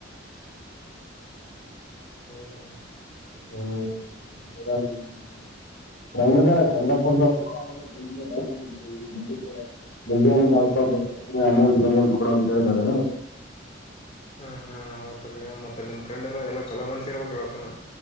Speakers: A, on the left; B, on the left.
A: ಹ ಹಾ
B: ಹ್ಮ್ ನಮ್ಮೂರಾಗ್ ನಮ್ಮ ಫ್ರೆಂಡ್ ಇದಾರ ಚಂದ್ರಪುರ್ದವ್ರು ಅವ್ರೇ ಕೊಟ್ಟಿದ್ದಾರೆಡ್ ಕೊಡ ಬಡ್ಪ ಅಮೌಂಟ್ ಅಮೌಂಟ್ ಕೊಡ ಅಂತ ಹೇಳಿದಾರೆ
A: ಹ್ಮ್ ಹ್ಮ್ ಹೌತ್ ರೀ ಮತ್ತೆ ನಿಮ್ ಫ್ರೆಂಡ್ ಎಲ್ಲಾ ಎಲ್ಲಾ ಚಲ ಮನ್ಸಿ ಇರ್ಬೇಕ್ರೀ ಆತನ